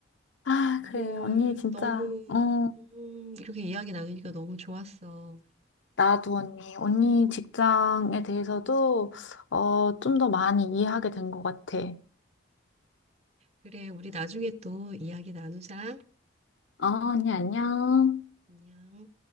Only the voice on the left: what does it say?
아,
그래. 언니 진짜,
어,
나도 언니. 언니 직장에 대해서도, 어, 좀 더 많이 이해하게 된 것 같아.
어, 언니, 안녕.